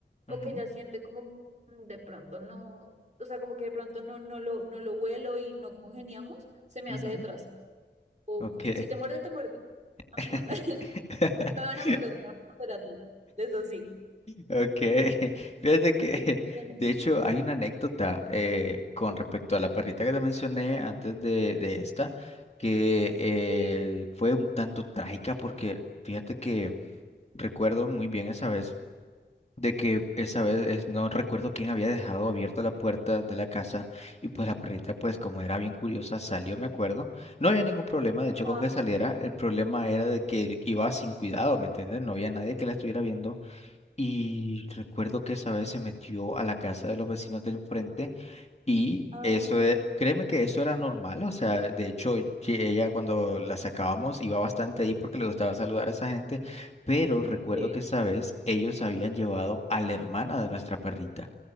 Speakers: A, on the right (about 40°); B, on the left (about 35°).
A: o
B: Ujú.
A: que ella siente como que mm, de pronto no, o sea, como que de pronto no, no lo, no lo huelo y no congeniamos, se me
B: Ujú.
A: hace detrás. O
B: Ok.
A: si te muerde, te muerde. A
B: <laughs>
A: mí no. <laughs> A mí no me van a morder, te van a morder a ti. Eso sí.
B: Ok. Fíjate que,
A: Viene.
B: de hecho, hay una anécdota eh, con respecto a la perrita que te mencioné antes de, de esta, que eh,
A: Sí.
B: fue un tanto trágica porque fíjate que recuerdo muy bien esa vez. de que esa vez es- no recuerdo quién había dejado abierta la puerta de la casa y pues la perrita pues como era bien curiosa salió, me acuerdo. No había ningún problema, de hecho
A: Ah,
B: con que saliera, el problema era de que iba sin cuidado, ¿me entiendes? No había nadie que la estuviera viendo y recuerdo que esa vez se metió a la casa de los vecinos del enfrente y
A: ah,
B: eso, e- créeme que eso era normal, o sea, de hecho, ye- ella cuando la sacábamos iba bastante ahí porque le gustaba saludar a esa gente, pero recuerdo
A: sí.
B: que esa vez ellos habían llevado a la hermana de nuestra perrita